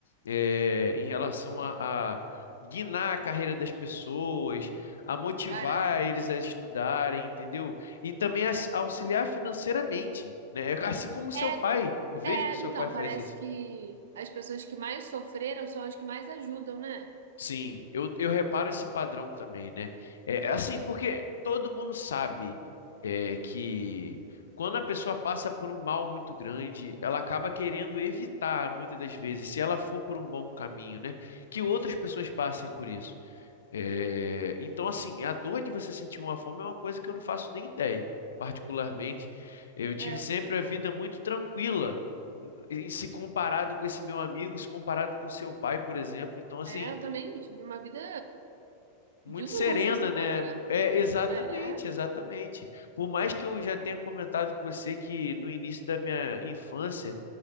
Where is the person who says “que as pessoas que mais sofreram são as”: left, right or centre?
Right